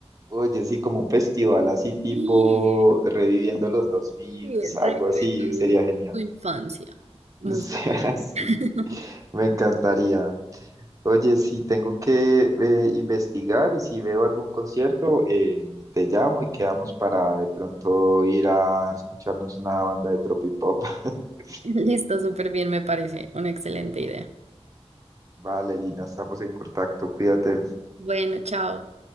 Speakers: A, on the right (about 30°); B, on the right (about 80°).
A: Oye, sí, como un festival así tipo
B: Sí,
A: reviviendo los dos mil
B: sí, revive
A: algo así,
B: tu,
A: sería genial.
B: tu infancia.
A: <laughs>
B: Música.
A: O sea, sí,
B: <laughs>
A: me encantaría. Oye, si tengo que eh, investigar y si veo algún concierto, eh, te llamo y quedamos para de pronto ir a escucharnos una banda de tropipop. <laughs>
B: Listo, súper bien, me parece una excelente idea.
A: Vale, Lina, estamos en contacto, cuídate.
B: Bueno, chao.